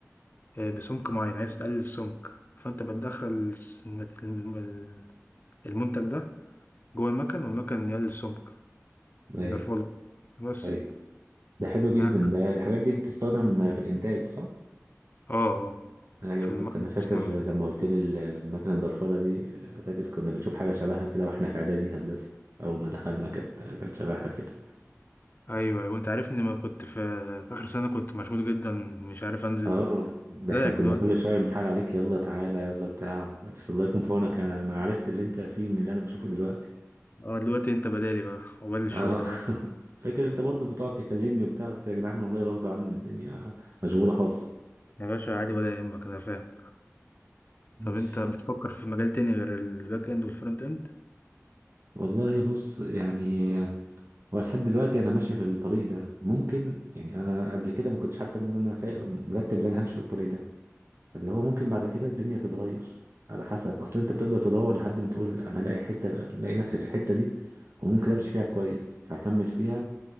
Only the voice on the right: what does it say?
أيوه
أيوه ده حلو
جدا ده الحاجات دي بتستخدم في الانتاج صح
ايوه
كنت انا فاكر لما قلت لي المكنه الضرفله دي فاكر كنا بنشوف حاجه شبهها كده واحنا في اعدادي هندسه اول ما دخلنا كانت كانت شبهها كده
اه ده
احنا كنا
كل شويه بنتحايل عليك يلا تعالى يلا بتاع بس الله يكون في عونك انا عرفت اللي انت فيه من اللي انا بشوفه دلوقتي
اه
<laughs> فاكر انت برضو بتقعد تكلمني وبتاع بس يا جدعان والله غصب عني الدنيا مشغوله خالص
ماشي.
والله بص يعني هو لحد دلوقتي انا ماشي في الطريق ده ممكن يعني انا قبل كده ما كنتش حتى ان انا فا- مرتب ان انا همشي في الطريق ده فاللي هو ممكن بعد كده الدنيا تتغير على حسب اصل انت بتفضل تدور لحد ما تقول انا الاقي حته الاقي نفسي في الحته دي وممكن امشي فيها كويس فهكمل فيها